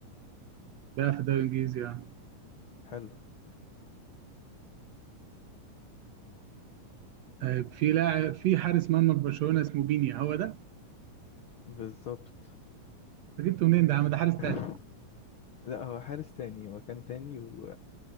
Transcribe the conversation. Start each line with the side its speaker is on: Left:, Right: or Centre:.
Right: بيلعب في الدوري الانجليزي يعني
Left: حلو
Right: آه، في لاعب في حارس مرمى في برشلونة اسمه بينيا هو ده
Left: بالظبط
Right: أنت جبته منين ده عم ده حارس
Left: <laughs>
Right: تالت
Left: لا هو حارس تاني هو كان تاني و...